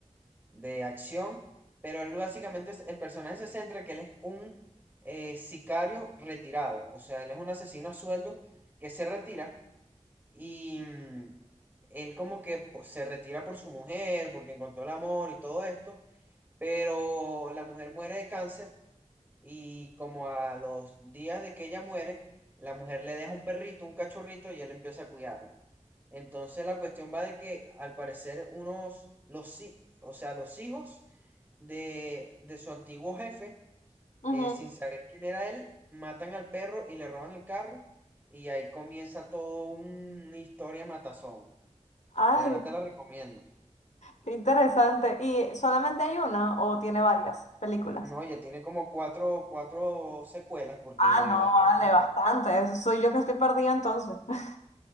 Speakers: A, on the right; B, on the left.
A: de acción, pero él básicamente, es- el personaje se centra que él es un eh, sicario retirado, o sea, él es un asesino a sueldo que se retira y mm, él como que pues, se retira por su mujer, porque encontró el amor y todo esto, pero la mujer muere de cáncer y como a los días de que ella muere, la mujer le deja un perrito, un cachorrito, y él empieza a cuidarlo. Entonces la cuestión va de que al parecer unos, los, hi- o sea, los hijos de, de su antiguo jefe,
B: Ujú.
A: eh, sin saber quién era él, matan al perro y le roban el carro. Y ahí comienza todo una historia matazón.
B: Ay,
A: De verdad te la recomiendo.
B: qué interesante. ¿Y solamente hay una o tiene varias películas?
A: No, ya tiene como cuatro, cuatro secuelas porque
B: Ah,
A: de
B: no,
A: verdad es que es muy
B: vale,
A: buena.
B: bastante. Eso soy yo que estoy perdida entonces. <laughs>